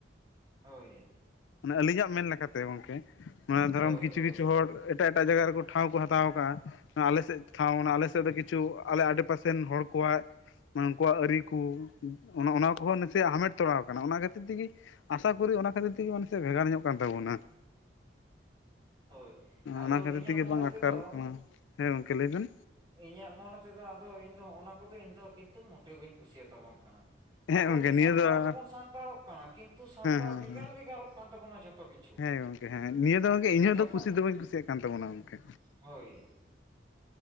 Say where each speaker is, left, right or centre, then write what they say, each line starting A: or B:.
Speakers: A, on the right; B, on the left.
A: ᱦᱳᱭ,
B: ᱢᱟᱱᱮ ᱟᱹᱞᱤᱧᱟᱜ ᱢᱮᱱ ᱞᱮᱠᱟᱛᱮ ᱜᱚᱝᱠᱮ ᱢᱟᱱᱮ ᱫᱷᱚᱨᱚᱢ
A: ᱦᱳᱭ
B: ᱠᱤᱪᱷᱩ
A: ᱦᱳᱭ
B: ᱠᱤᱪᱷᱩ ᱦᱚᱲ ᱮᱴᱟᱜ ᱮᱴᱟᱜ ᱡᱟᱭᱜᱟ ᱨᱮ ᱠᱚ ᱴᱷᱟᱶ ᱠᱚ ᱦᱟᱛᱟᱣ ᱟᱠᱟᱫ-ᱟ᱾ ᱟᱞᱮ ᱥᱮᱫ ᱴᱷᱟᱶ ᱚᱱᱟ ᱟᱞᱮ ᱥᱮᱫ ᱫᱚ ᱠᱤᱪᱷᱩ ᱟᱞᱮ ᱟᱰᱮ ᱯᱟᱥᱮ ᱨᱮᱱ ᱦᱚᱲ ᱠᱚᱣᱟᱜ ᱩᱱᱠᱩᱣᱟᱜ ᱟᱹᱨᱤ ᱠᱚ ᱚᱱᱟ ᱠᱚᱦᱚᱸ ᱱᱟᱥᱮᱭᱟᱜ ᱦᱟᱢᱮᱴ ᱛᱚᱨᱟᱣ ᱟᱠᱟᱱᱟ ᱚᱱᱟ ᱠᱷᱟᱹᱛᱤᱨ ᱛᱮᱜᱮ ᱟᱥᱟ ᱠᱚᱨᱤ ᱚᱱᱟ ᱠᱷᱟᱹᱛᱤᱨ ᱛᱮᱜᱮ ᱢᱟᱱᱮᱫ ᱵᱷᱮᱜᱟᱨ ᱧᱚᱜ ᱟᱠᱟᱱ ᱛᱟᱵᱚᱱᱟ᱾
A: ᱦᱳᱭ ᱟᱫᱚ
B: ᱚᱱᱟ ᱠᱷᱟᱹᱛᱤᱨ
A: ᱤᱧᱟᱹᱜ
B: ᱛᱮᱜᱮ
A: ᱢᱚᱱᱮ
B: ᱵᱟᱝ
A: ᱛᱮᱫᱚ
B: ᱟᱴᱠᱟᱨᱚᱜ ᱠᱟᱱᱟ ᱦᱮᱸ ᱜᱚᱝᱠᱮ ᱞᱟᱹᱭ ᱵᱮᱱ?
A: ᱤᱧᱟᱹᱜ ᱢᱚᱱᱮ ᱛᱮᱫᱚ ᱟᱫᱚ ᱤᱧ ᱫᱚ ᱱᱚᱜ ᱱᱚᱣᱟ ᱠᱚᱫᱚ ᱤᱧ ᱫᱚ ᱠᱤᱱᱛᱩ ᱟᱫᱚ ᱵᱟᱹᱧ ᱠᱩᱥᱤᱭᱟ ᱛᱟᱵᱚᱱ ᱠᱟᱱᱟ᱾
B: ᱦᱮᱸ
A: ᱟᱵᱚ
B: ᱜᱚᱝᱠᱮ ᱱᱤᱭᱟᱹ
A: ᱥᱟᱱᱛᱟᱲ
B: ᱫᱚ ᱦᱮᱸ
A: ᱫᱚᱵᱚᱱ ᱥᱟᱱᱛᱟᱲᱚᱜ ᱠᱟᱱᱟ ᱠᱤᱱᱛᱩ ᱥᱟᱱᱛᱟᱲ
B: ᱦᱮᱸ
A: ᱵᱷᱮᱜᱟᱨ
B: ᱦᱮᱸ
A: ᱵᱷᱮᱜᱟᱨᱚᱜ ᱠᱟᱱ ᱛᱟᱵᱚᱱᱟ ᱡᱚᱛᱚ, ᱠᱤᱪᱷᱩ
B: ᱦᱮᱸ ᱜᱚᱝᱠᱮ ᱦᱮᱸ ᱱᱤᱭᱟᱹ ᱫᱚ ᱜᱚᱢᱠᱮ ᱤᱧ
A: ᱡᱚᱠᱷᱚᱱ
B: ᱫᱚ ᱠᱩᱥᱤ ᱫᱚ ᱵᱟᱹᱧ ᱠᱩᱥᱤᱭᱟᱜ ᱠᱟᱱ ᱛᱟᱵᱚᱱᱟ ᱜᱚᱝᱠᱮ᱾
A: ᱦᱳᱭ,